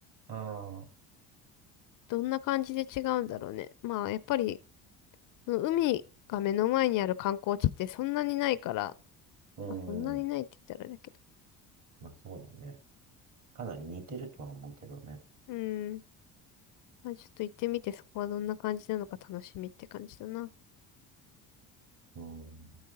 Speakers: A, on the right; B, on the left.
A: ああ、
B: どんな感じで違うんだろうね。まあ、やっぱりその海が目の前にある観光地ってそんなにないから、
A: うん。
B: まあそんなにないって言ったらあれだけど。
A: まあそうだね。かなり似てるとは思うけどね。
B: うん。まあちょっと行ってみてそこはどんな感じなのか楽しみって感じだな。
A: うん。